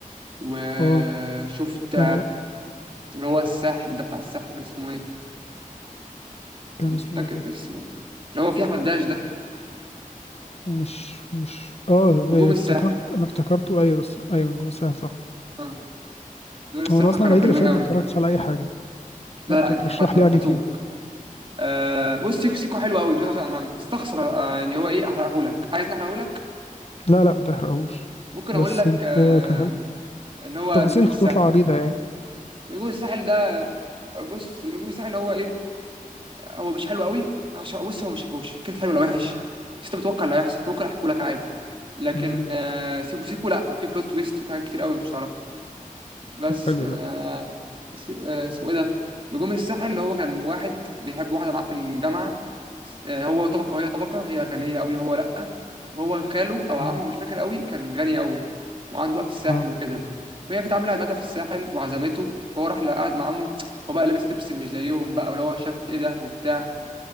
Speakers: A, on the right; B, on the left.
A: وشفت
B: اه آه،
A: اللي هو الساحل ده بتاع الساحل كان اسمه ايه
B: كان
A: مش
B: اسمه
A: فاكر
B: ايه
A: اسمه اللي هو فيه احمد داش ده
B: مش مش اه
A: نجوم
B: إيه،
A: الساحل
B: افتكرت انا افتكرته ايوه بس ايوه نجوم الساحل صح
A: اه دول الصراحه
B: هو انا اصلا
A: كانوا
B: العيد
A: حلوين
B: اللي فات
A: قوي
B: ده ما اتفرجتش على اي حاجة
A: لا
B: فانت
A: لا
B: ترشح
A: انت فات- فاتوك
B: لي يعني فيه
A: آه بص سيكو سيكو حلو قوي مش عارف انا مستخسر آه يعني هو ايه احرقهولك عايز نحرقهولك
B: لا لا ما تحرقهوش
A: ممكن
B: بس
A: اقول لك
B: انت
A: آه
B: كان حلو
A: اللي هو
B: التفاصيل
A: نجوم
B: هتطلع
A: الساحل
B: عريضة يعني
A: نجوم الساحل ده بص نجوم الساحل هو ايه هو مش حلو قوي عشان بص هو مش هو مش فكره حلو ولا وحش بس انت بتتوقع اللي هيحصل فممكن احكيه لك عادي لكن
B: امم
A: آه سيكو سيكو لا في بلوت تويست وفي حاجات كتير قوي انت مش تعرفها بس
B: طب حلو
A: آه،
B: ده
A: س- آه، اسمه ايه ده نجوم الساحل اللي هو كان واحد بيحب واحده معاه في الجامعه آه، هو طبقه وهي طبقه هي غنيه قوي هو لا وهو خاله او
B: مم.
A: عمه مش فاكر قوي كان غني قوي وعنده بقى في الساحل
B: اه
A: وكده وهي كانت عامله عزمتها في الساحل وعزمته فهو راح قعد مع عمه هو بقى لابس لبس مش زيهم بقى واللي هو شاف ايه ده وبتاع